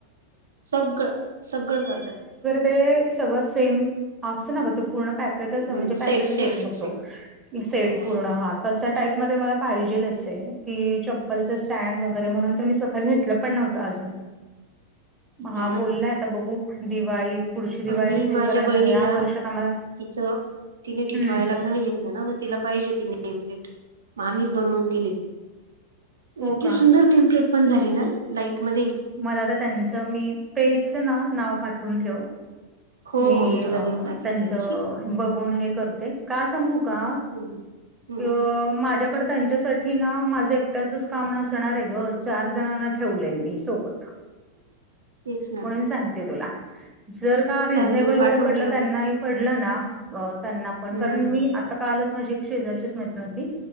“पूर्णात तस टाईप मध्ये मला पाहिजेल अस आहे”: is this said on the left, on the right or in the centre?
Right